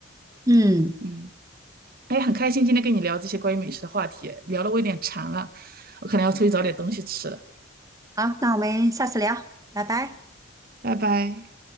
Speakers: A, on the right; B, on the right.
A: 嗯，
B: 嗯。哎，很开心今天跟你聊这些关于美食的话题，聊的我有点馋了，我可能要出去找点东西吃了，
A: 好，那我们下次聊，拜拜。
B: 拜拜。